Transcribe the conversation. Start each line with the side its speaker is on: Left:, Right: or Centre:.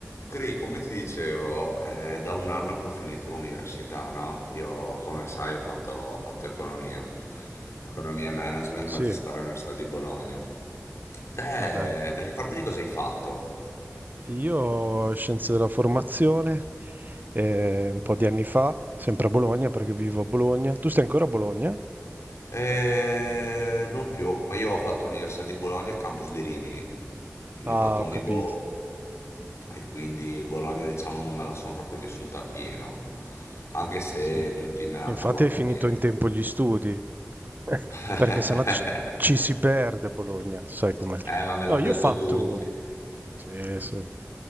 Left: Cri, come ti dicevo, è da un anno che ho finito l'università, no? Io, come sai, ho fatto,
Right: Ah,
Left: ho fatto economia, economia e management
Right: sì.
Left: magistrale all'Università di Bologna. Te,
Right: Ah, dai.
Left: ricordati cosa hai fatto?
Right: Io scienze della formazione, eh, un po' di anni fa, sempre a Bologna perché vivo a Bologna. Tu stai ancora a Bologna?
Left: Eh, non più, ma io ho fatto l'Università di Bologna, campus di Rimini, quindi
Right: Ah,
Left: ho fatto Unibo
Right: ho capito.
Left: e quindi Bologna, diciamo, non me la sono proprio vissuta appieno, anche se
Right: Sì.
Left: tutti me ne hanno
Right: Infatti
Left: parlato
Right: hai finito
Left: bene.
Right: in tempo gli studi, Eh,
Left: <laughs>
Right: perché sennò ci, ci si perde a Bologna, sai com'è.
Left: Eh, ma me
Right: No,
Left: l'hanno
Right: io
Left: detto
Right: ho fatto...
Left: tutti.
Right: Sì, sì.